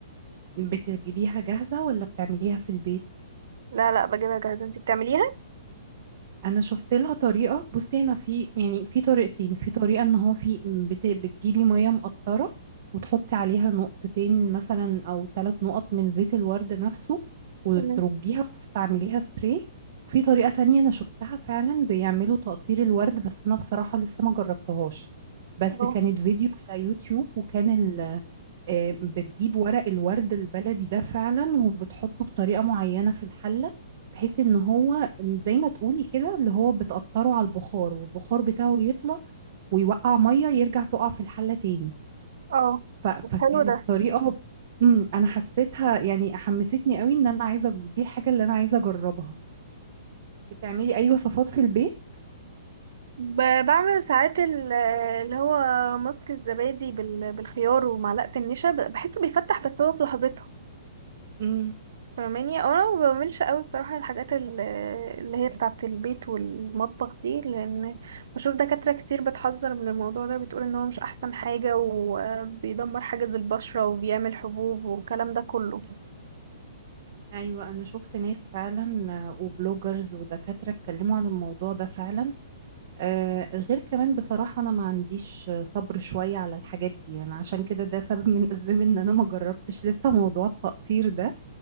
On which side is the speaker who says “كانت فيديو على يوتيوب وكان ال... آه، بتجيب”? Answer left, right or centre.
Right